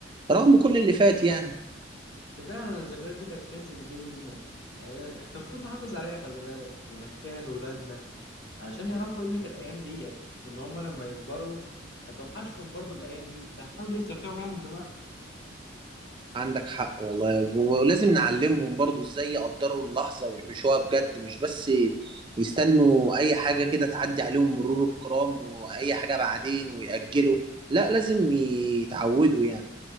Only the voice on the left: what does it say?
كفاية أن الذكريات دي كانت كنز كبير لينا يعني إحنا المفروض نحافظ عليها خلي بالك ونحكيها لأولادنا عشان يعرفوا قيمة الأيام ديت وإن هما لما يكبروا هتوحشهم برضو الأيام دي فحاولوا يستمتعوا بيها من دلوقتي